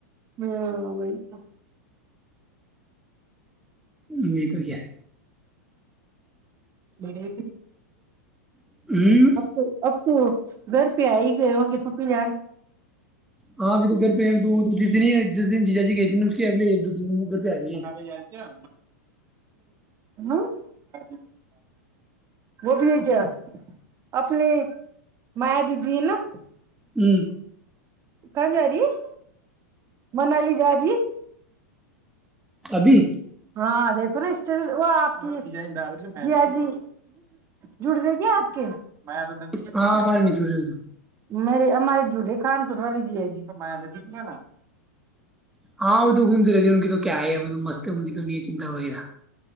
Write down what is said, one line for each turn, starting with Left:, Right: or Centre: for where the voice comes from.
Right: ہاں وہی تو
Centre: نہیں تو گ ہے
Right: برے
Centre: ہوں
Right: اب اب برف ہی آ ہی گئے ہوں گے پکی جان
Centre: ہاں ابھی تو گھر پہ تو جس د ہی جس دن جی جا جی گئے اس کے اگل دو پہ آ گئے
Right: سبے یا کیایا م ہ وہ بھی ہے کیا اپنی مائ دیدی نا
Centre: ہوں
Right: کہاں جا رہی ہے منالی جا رہی ہے
Centre: ابھی
Right: ہاں دیکھو نا اسٹی وہ آپ کی کیا جی جڑ رہے کیا آپ کے میں تو نتیجے
Centre: ہاں
Right: پہ
Centre: ہمارے
Right: دا
Centre: نہیں چھوٹ رہے تو
Right: میرے ہمارے جٹے کان پور والی جی ہے جیا
Centre: ہاں وہ تو گومتی رہتی ان کی تو کیا ہے تو مست ہے ان کی تو نہیں چنتا وغیرہ